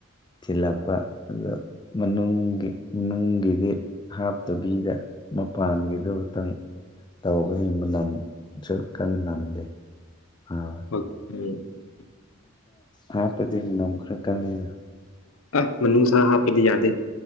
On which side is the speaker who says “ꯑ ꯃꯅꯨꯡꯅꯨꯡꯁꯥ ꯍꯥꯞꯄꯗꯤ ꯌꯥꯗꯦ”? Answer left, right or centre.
Left